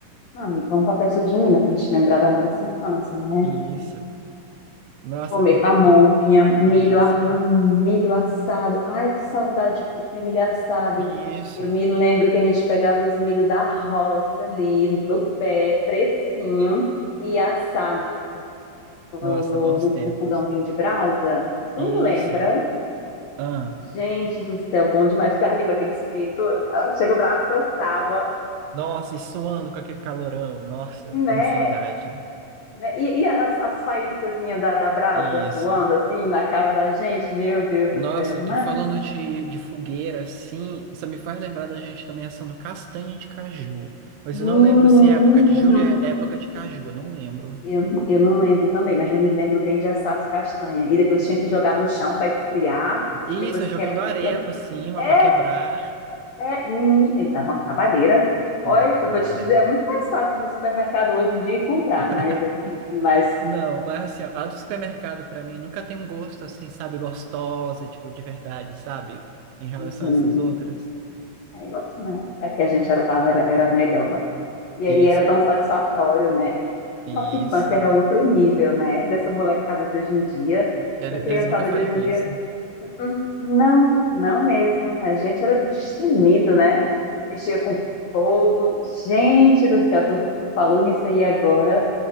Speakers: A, on the left; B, on the right.
A: Não, amigo, vamos para a festa junina para a gente lembrar da nossa infância, né?
B: Isso. Nossa,
A: Comer
B: porque.
A: pamonha,
B: <laughs>
A: milho,
B: Isso.
A: a- hum, milho assado. Ai, que saudade de comer milho assado.
B: Isso.
A: Eu me lembro que a gente pegava os milho da roça ali, no pé, fresquinho, e assava no,
B: Nossa,
A: no,
B: bons
A: no-
B: tempos.
A: no fogãozinho de brasa. Tu
B: Isso.
A: lembra?
B: Ah.
A: Gente do céu, bom demais. Ficava ali com aquele espeto, ah, chega o braço cansava,
B: Nossa, e suando com aquele calorão. Nossa,
A: né?
B: muita saudade.
A: Né? E, e as, as faíscazinhas da, da brasa
B: Isso.
A: voando assim na cara da gente, meu Deus
B: Nossa,
A: do céu, mas
B: tô falando de, de fogueira, assim, só me faz lembrar da gente também assando castanha de caju. Mas
A: Menino,
B: eu não lembro se é época de julho é época de caju, eu não lembro.
A: Eu, eu não lembro também, mas eu me lembro bem de assar as castanhas. E depois tinha que jogar no chão para esfriar.
B: Isso,
A: E depois
B: é jogando
A: que É,
B: areia
A: então,
B: por cima
A: é,
B: pra quebrar.
A: é, meni- ele dá uma trabalheira. Olha,
B: Dava,
A: eu vou te
B: olha.
A: dizer, é muito mais fácil no supermercado hoje em dia comprar,
B: <laughs>
A: mas essas, mas
B: Não, mas
A: essa
B: assim, ó, a do supermercado pra mim nunca tem um gosto assim, sabe, gostosa, tipo, de verdade, sabe? Em relação
A: uhum.
B: a essas outras.
A: É, igual, né? É que a gente achava era, era melhor. E aí
B: Isso,
A: era tão
B: ma-
A: satisfatório, né?
B: isso.
A: Nossa infância era outro nível, né? Dessa molecada de hoje em dia.
B: Ele-
A: Essa criançada
B: Eles nunca fariam
A: de hoje em
B: isso.
A: dia Hum, Não, não mesmo. A gente era destemido, né? Mexia com fogo. Gente do céu, tu, tu falou nisso aí agora.